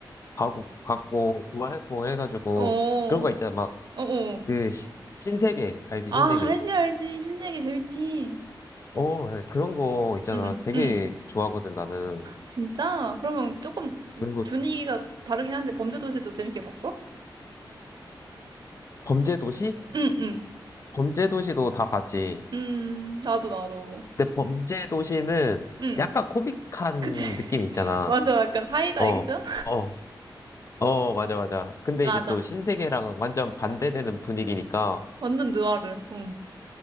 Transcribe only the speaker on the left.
봐고, 봤고, 좋아했고 해가지고,
그런 거 있잖아.
그 시- 신세계 알지
신세계
어 네. 그런 거 있잖아
되게
좋아하거든 나는
그리고
범죄도시
범죄도시도 다 봤지
근데 범죄도시는
약간 코믹한
느낌이 있잖아
어
어, 어, 맞아, 맞아. 근데
이제 또 신세계랑은
완전 반대되는 분위기니까,